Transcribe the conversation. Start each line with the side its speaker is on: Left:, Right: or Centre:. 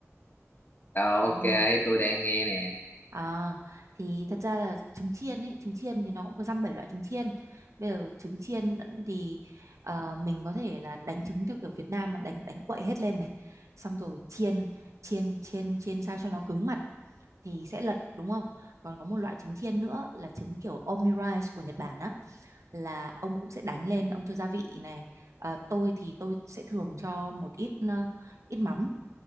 Left: ờ, ok,
Right: Ừ.
Left: tôi đang nghe nè.
Right: À, thì thật ra là trứng chiên ấy, trứng chiên thì nó cũng có dăm bảy loại trứng chiên. Bây giờ trứng chiên thì ờ, mình có thể là đánh trứng theo kiểu Việt Nam mà đánh đánh quậy hết lên này. Xong rồi chiên chiên chiên chiên sao cho nó cứng mặt thì sẽ lật đúng không? Còn có một loại trứng chiên nữa là trứng kiểu omurice của Nhật Bản á là ông cũng sẽ đánh lên, ông cho gia vị này. À, tôi thì tôi sẽ thường cho một ít ờ, ít mắm